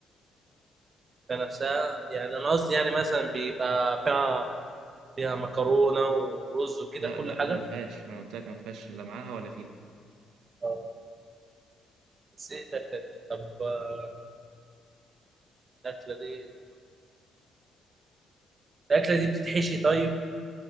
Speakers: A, on the right; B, on the right.
A: كنفسها يعني انا قصدي يعني مثلا بيبقى فيها فيها مكرونه ورز وكده
B: لا
A: كل
B: لا
A: حاجه
B: ما فيهاش ما أنا قلت لك ما فيهاش لا معاها ولا فيها
A: اه بس ايه الاكله دي طب آه، الاكله دي الاكله دي بتتحشي طيب